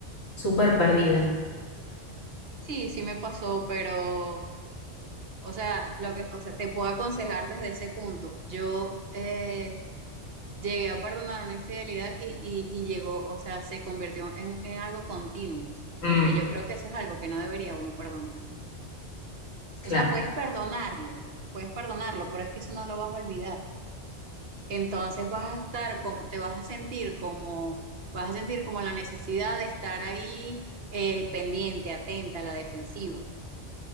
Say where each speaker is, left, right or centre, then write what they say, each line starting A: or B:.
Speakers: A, on the left; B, on the right.
A: súper perdida.
B: Sí, sí me pasó, pero... O sea, lo que, o sea, te puedo aconsejar desde ese punto. Yo eh, llegué a perdonar una infidelidad y, y- y llegó, o sea, se convirtió en, en algo continuo,
A: Mm,
B: porque yo creo que eso es algo que no debería uno perdonar.
A: claro.
B: O sea, puedes perdonarlo, puedes perdonarlo, pero es que eso no lo vas a olvidar. Entonces vas a estar como, te vas a sentir como, vas a sentir como la necesidad de estar ahí eh, pendiente, atenta, a la defensiva.